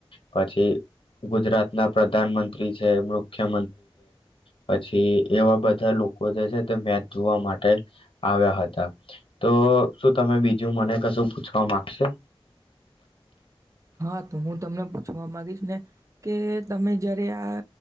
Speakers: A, on the left; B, on the right.
A: પછી ગુજરાત ના પ્રધાનમંત્રી છે, મુખ્ય... છે પછી એવા બધા લોકો જે છે તે મેચ જોવા માટે આવ્યા હતા. તો શું તમે બીજું મને કશું પૂછવા... માંગશો.
B: હા તો હું તમને પૂછવા માગીશ ને કે તમે જયારે આ